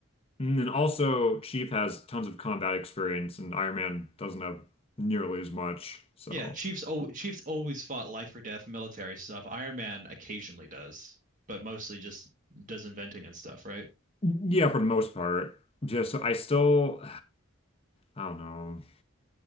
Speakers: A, on the left; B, on the right.
A: and then also Chief has tons of combat experience, and Iron Man doesn't have nearly as much. So
B: Yeah. Chiefs. Al Chiefs always fought life or death military stuff. Iron Man occasionally does, but mostly just does inventing and stuff, right?
A: yeah, for the most part, just I still I don't know.